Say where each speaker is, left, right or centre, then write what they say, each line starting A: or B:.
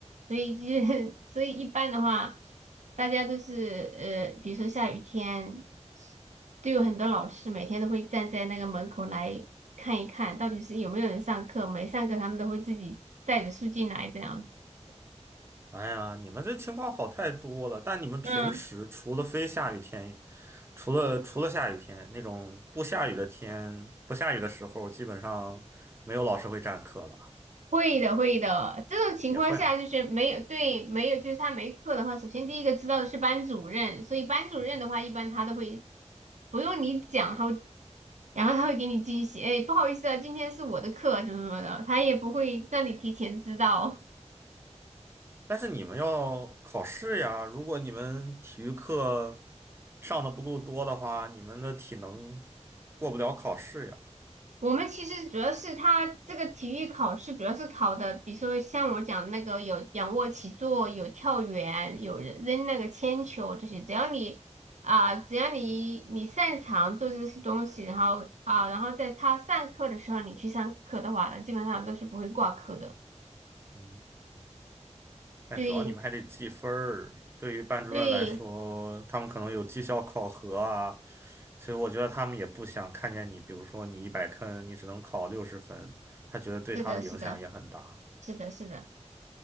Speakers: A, on the right; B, on the right.
A: 所以就是 <laughs> 所以一般的话，大家都是呃，比如说下雨天，都有很多老师每天都会站在那个门口来看一看，到底是有没有人上课，没上课他们都会自己带着书进来这样子。
B: 哎呀，你们这情况好太多了。但你们平时除了非下雨天，
A: 嗯，
B: 除了除了下雨天那种不下雨的天，不下雨的时候，基本上没有老师会占课吧？
A: 会的，会的。这种情况下就是没有，
B: 也会啊，
A: 对，没有，就是他没课的话，首先第一个知道的是班主任，所以班主任的话，
B: 嗯。
A: 一般他都会不用你讲，他会。然后他会给你惊喜，哎，不好意思啊，今天是我的课什么什么的，他也不会让你提前知道。
B: 但是你们要考试呀，如果你们体育课上的不够多的话，你们的体能过不了考试呀。
A: 我们其实主要是他这个体育考试，主要是考的，比如说像我讲的那个有仰卧起坐，有跳远，有人扔那个铅球这些，只要你啊、只要你你擅长做这些东西，然后啊、然后在他上课的时候你去上课的话呢基本上都是不会挂科的。
B: 嗯。但主要你们还得记分儿，
A: 对
B: 对于班主任来说，
A: 对，
B: 他们可能有绩效考核啊，所以我觉得他们也不想看见你，比如说你一百坑，你只能考六十分，他觉得对他的影响也很大。
A: 是的，是的，是的，是的。